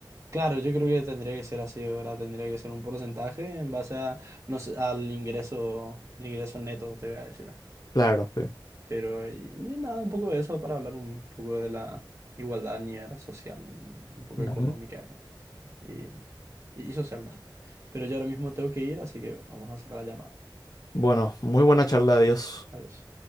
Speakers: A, on the right (about 35°); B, on the left (about 50°).
A: Claro, yo creo que tendría que ser así, ¿verdad? Tendría que ser un porcentaje en base a, no sé, al ingreso, al ingreso neto, te voy a decir.
B: Claro, sí.
A: Pero, y, y nada, un poco de eso para hablar un poco de la igualdad a nivel social, un poco
B: Ujú.
A: económica. y, y y socialmente. Pero yo ahora mismo tengo que ir, así que vamos a sacar la llamada.
B: Bueno, muy buena charla, adiós.
A: Adiós.